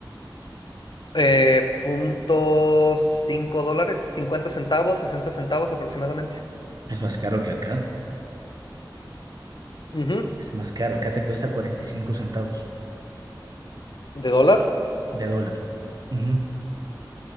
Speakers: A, on the left; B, on the right.
A: Eh, punto cinco dólares, 50 centavos, 60 centavos aproximadamente.
B: Es más caro que acá.
A: Ujú,
B: Es más caro. Acá te cuesta 45 centavos
A: ¿De dólar?
B: de dólar. Ujú.